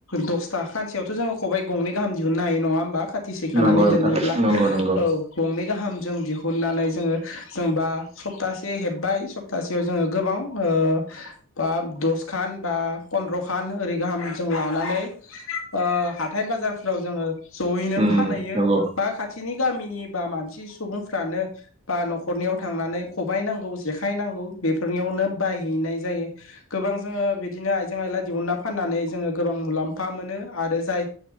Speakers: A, on the left; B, on the right.
A: दसथा सानसेयावथ' जोङो खबाइ गंनै गाहाम दिहुननो हायो नङा होमबा खाथि सिखानानै
B: नंगौ नोंथां
A: दोनोब्ला
B: नंगौ नंगौ
A: औ। गंनै गाहाम जों दिहुननानै जोङो जेनेबा सप्तासे हेब्बाय सप्तासेयाव जोङो गोबां ओ बा दसखान बा पन्द्र'खान ओरै गाहाम जों लानानै ओ हाथाय बाजारफोराव जोङो जयैनो
B: उम
A: फानहैयो
B: नंगौ
A: बा खाथिनि गामिनि बा मानसि सुबुंफ्रानो बा न'खरनियाव थांनानै खबाइ नांगौ जेखाय नांगौ बेफोरनियावनो नो बायहैनाय जायो गोबां जोङो बिदिनो आइजें आइला दिहुन्ना फाननानै जोङो गोबां मुलाम्फा मोनो आरो जाय